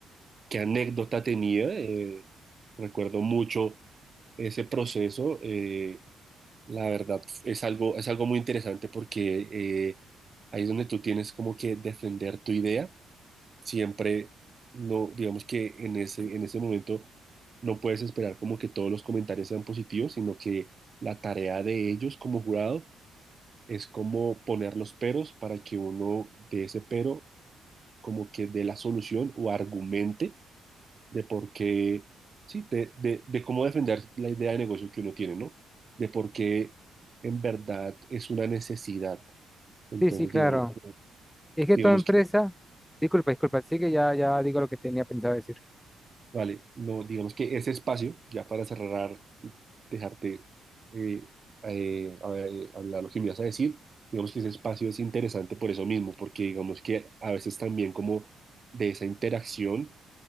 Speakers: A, on the right; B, in the centre.
A: qué anécdota tenía, eh, recuerdo mucho ese proceso. eh, La verdad, es algo, es algo muy interesante porque eh, ahí es donde tú tienes como que defender tu idea. Siempre, no, digamos que en ese, en ese momento no puedes esperar como que todos los comentarios sean positivos, sino que la tarea de ellos como jurado es como poner los peros para que uno de ese pero como que dé la solución o argumente de por qué, sí, de, de, de cómo defender la idea de negocio que uno tiene, ¿no? De por qué en verdad es una necesidad. Entonces,
B: Sí, sí, claro.
A: digamos, que-
B: Es que
A: digamos
B: toda empresa,
A: que,
B: disculpa, disculpa, sí que ya, ya digo lo que tenía pensado decir.
A: vale, no, digamos que ese espacio, ya para cerrar y dejarte eh, eh, a- eh, hablar lo que me ibas a decir, digamos que ese espacio es interesante por eso mismo, porque digamos que a veces también como de esa interacción